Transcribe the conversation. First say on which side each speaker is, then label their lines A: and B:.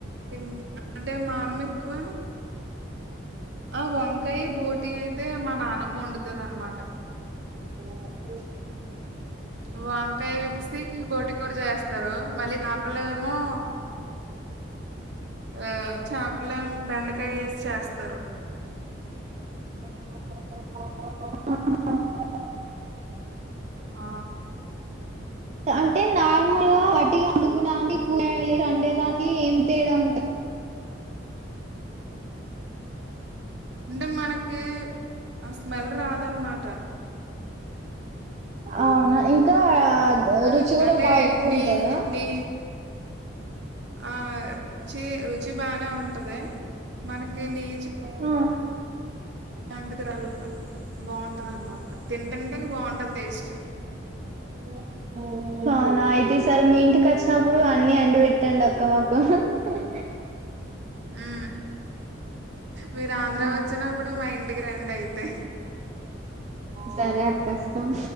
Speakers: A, on the right (about 60°); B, on the right (about 35°).
A: అంటే మా అమ్మ ఎక్కువ ఆ వంకాయ బోటి అయితే మా నానమ్మ వండుతది అన్నమాట.
B: అ
A: వంకాయ వేసి బోటి కూర చేస్తారు. మళ్ళీ చాప లేమో. ఆ చాపల బెండకాయ ఏసి చేస్తారు.
B: ఆ
A: ఆ
B: అంటే నార్మల్ గా వట్టిగా అండుకునేవాటికి కూరగాయలుగా అండుకునే దానికి ఏం తేడా ఉంటది.
A: అంటే మనకి ఆ స్మెల్ రాదన్నమాట.
B: అవునా ఇంకా.
A: అం
B: రుచి కూడా
A: అంటే
B: బాగా ఎక్కువ
A: నీ
B: ఉంటదా.
A: నీ ఆ రుచి. రుచి బానే ఉంటది మనకి నీచు.
B: ఆ
A: ఇలాంటిది రాల బాగుంటది అనమాట తింటంటే బాఉంటది టేస్ట్.
B: ఔ అవునా అయితే ఈ సారి మీ ఇంటికి వచ్చినప్పుడు. అన్ని అండి పెట్టండి అక్క మాకు. అలాహ్
A: ఉ మీరు ఆంధ్ర
B: ఆ
A: వచ్చినప్పుడు. మా ఇంటికి రెండి అయితే.
B: సరే అక్క అస్తం